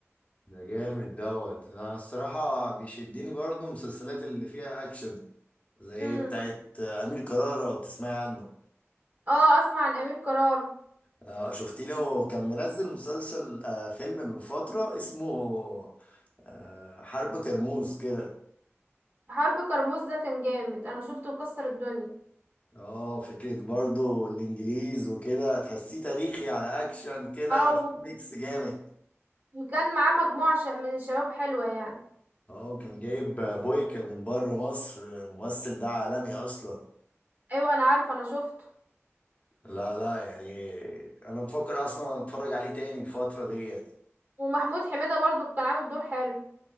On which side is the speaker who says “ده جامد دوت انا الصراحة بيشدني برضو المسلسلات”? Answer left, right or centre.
Left